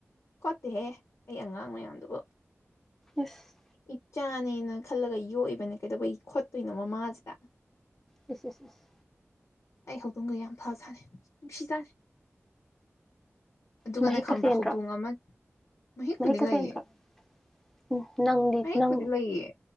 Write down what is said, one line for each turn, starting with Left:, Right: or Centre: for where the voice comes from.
Left: ꯈꯣꯠꯇꯦꯍꯦ ꯑꯩ ꯑꯉꯥꯡ ꯃꯌꯥꯝꯗꯨꯕꯨ
Centre: ꯏꯁꯁ
Left: ꯏꯆꯥꯅꯦꯅ ꯈꯜꯂꯒ ꯌꯣꯛꯏꯕꯅꯦ ꯀꯩꯗꯧꯕꯩꯒꯤ ꯈꯣꯠꯇꯣꯏꯅꯣ ꯃꯃꯥꯁꯤꯗ
Centre: ꯑꯦ ꯑꯦꯁ ꯑꯦꯁ
Left: ꯑꯩ ꯍꯧꯗꯣꯡꯒ ꯌꯥꯝ ꯐ ꯁꯥꯥꯅꯅꯤ ꯅꯨꯡꯁꯤ ꯁꯥꯥꯅꯤ ꯑꯗꯨꯒꯅꯦ
Centre: ꯃꯍꯤꯛꯀ
Left: ꯈꯪꯕ꯭ꯔꯥ
Centre: ꯆꯦꯟꯗ꯭ꯔꯣ
Left: ꯍꯧꯗꯣꯡ ꯑꯃ ꯃꯍꯤꯛꯄꯨꯗꯤ
Centre: ꯃꯍꯤꯛꯀ
Left: ꯂꯩꯌꯦ
Centre: ꯆꯦꯟꯗ꯭ꯔꯣ ꯎꯝ ꯅꯪꯗꯤ
Left: ꯃꯍꯤꯛꯄꯨꯗꯤ
Centre: ꯅꯪ
Left: ꯂꯩꯌꯦ